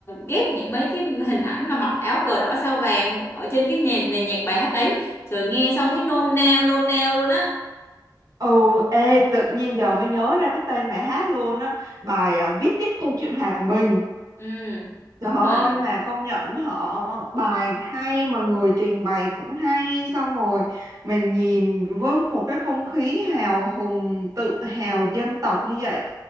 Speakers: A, on the left; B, on the right.
A: ghép những mấy cái hình ảnh mà mặc áo cờ đỏ sao vàng ở trên cái nền nền nhạc bài hát đấy rồi nghe xong thấy nôn nao nôn nao luôn á
B: ừ ê tự nhiên giờ mới nhớ ra cái tên bài hát luôn á bài à, viết tiếp câu chuyện hòa bình
A: ừ đúng
B: Trời ơi
A: rồi
B: mà công nhận họ bài hay mà người trình bày cũng hay xong rồi mình nhìn với một cái không khí hào hùng tự hào dân tộc như vậy